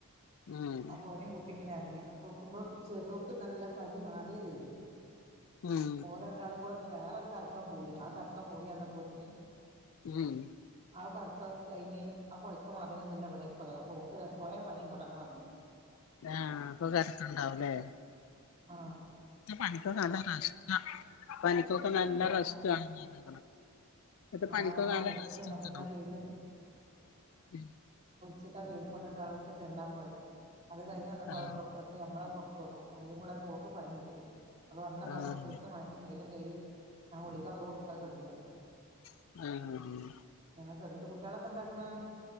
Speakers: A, on the left; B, on the right.
A: ഉം
B: അപ്പൊ ഓനേം കൂട്ടി ഇങ്ങനെ എറങ്ങിയാ പക്കുമ്പോ ചെറിയവോക്ക് നല്ല പനി മാറിയതേ
A: ഉം
B: ഓരെണ്ടാലും കൂടെ ഒന്ന് വേറെ കറ കറക്കാൻ പോയി ആ കറക്കാ പോയി അന്ന പോത്തിന്
A: ഉം
B: അവക്ക്റക്ക കഴിഞ്ഞ് അവ കൊ ഒക്ക മാറിന്ന് മുന്നെവിട പോയ അപ്പോ ട്ട പോയ പനി ഇങ്ങോട്ടുന്നെ വന്നു
A: ആ അപ്പ ണ്ടാവലേ
B: ആ
A: ഇ പനിക്കൊക്കണ നല്ല റസ്റ്റ് വേണേന്ന് പനിക്കൊക്കെ നല്ല
B: ആഹ്
A: റസ്റ്റ് വേണേന്ന് ഇപ്പോ പനിക്കൊണ
B: ആഹ്
A: നല്ല
B: റെസ്റ്റാണ്
A: റസ്റ്റ്
B: അപ്പൊ എന്നാ
A: മ്
B: വെയില് ചച്ചിക്കകറിലും കൊണ്ടിട്ട് അളക്കെ തെണ്ടാൻ പോയത് അത് കഴിഞ്ഞ് വന്നപ്പോ
A: ആഹ്
B: <unintelligible> നമ്മളെ പുറത്ത് പോക്കും ആയെല്ലം കൂടെ ഓക്ക് പണി കിട്ടി അത് വന്ന പാടിപ്പ
A: ആഹ്
B: ഡ്രസ്സ് മാറ്റി മേല് കഴികി ഞാൻ ഗുളികക്കെ കൊടുത്താ കെടുന്നതാ
A: ആ ആ ആ
B: ആ എന്നിട്ട് കുട്ടികളൊക്കെ എന്താക്കുന്നാ?